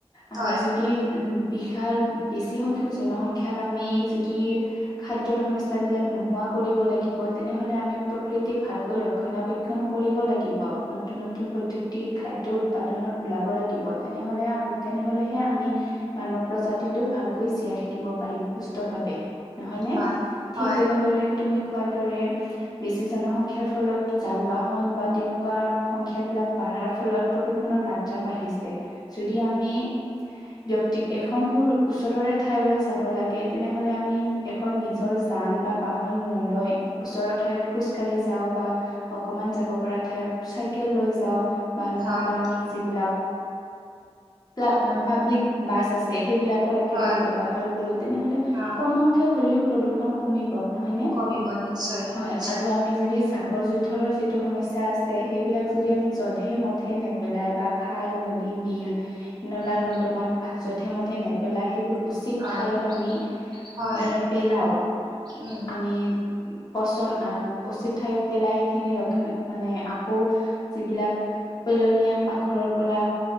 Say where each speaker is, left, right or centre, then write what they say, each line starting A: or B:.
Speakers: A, on the left; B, on the right.
A: আমি
B: হয়
A: যদি <inaudible> উম! বিশাল বেছি সংখ্যক জনসংখ্যাক আমি যদি <unintelligible> খাদ্যৰ সমস্যাবিলাক নোহোৱা কৰিব লাগিব, তেনেহলে আমি প্ৰকৃতিক ভালকৈ ৰক্ষণ <unintelligible> সংৰক্ষণ কৰিব লাগিব। নতুন-নতুন পদ্ধতি খাদ্য <unintelligible> উৎপাদনত ওলাব লাগিব। তেনেহলে আম, তেনেহলেহে আমি <unintelligible> মানৱ প্ৰজাতিটো ভালকৈ জীয়াই থাকিব পাৰিম সুস্থভাৱে। <inaudible> নহয়নে?
B: হয়
A: ঠিক
B: হয়
A: তেনেদৰে তুমি কোৱাৰ দৰে, বেছি জনসংখ্যাৰ ফলত যান-বাহন বা তেনেকুৱা সংখ্যাবিলাক বাঢ়াৰ ফলত প্ৰদূষণৰ মাত্ৰা বাঢ়িছে। যদি আমি ব্যক্তি, এখন সুৰ, ওচৰৰে ঠাইলৈ যাব লাগে, তেনেহলে আমি এ এখন নিজৰ যান বা বাহন নলয়, ওচৰৰ ঠাইত খোজ কঢ়ি যাওঁ বা অকমান যাব পৰা ঠাইত চাইকেল লৈ যাওঁ বা নহ'লে
B: হয়
A: বা আমি যিবিলাক, পা পাব্লিক বাছ আছে, সেইবিলাক কৰে, একেলগে
B: হয়
A: ব্যৱহাৰ কৰে, তেনেহলে
B: অ
A: কম সংখ্যক হ'লেও প্ৰদূষণ কমি ব নহয়নে?
B: কমিব নিশ্চয়
A: হয়।
B: নিশ্চয়
A: আৰু আমি যদি জাবৰ জো থৰৰ যিটো সমস্যা আছে, সেইবিলাক
B: উম
A: যদি আমি যধে-মধে নেপেলাই বা খাল নদী, বিল- নলা-নৰ্দমাত
B: উম
A: ভা জধে-মধে নেপেলাই, সেইবোৰ উচিত
B: হয়
A: ঠাইত আমি
B: হয়
A: আ' পেলাওঁ,
B: উম
A: আমি পচন আ' উচিত ঠাইত পেলাই সি খিনি ৰক্ষন মানে আকৌ যিবিলাক পেলনীয়া পাকঘৰৰ পৰা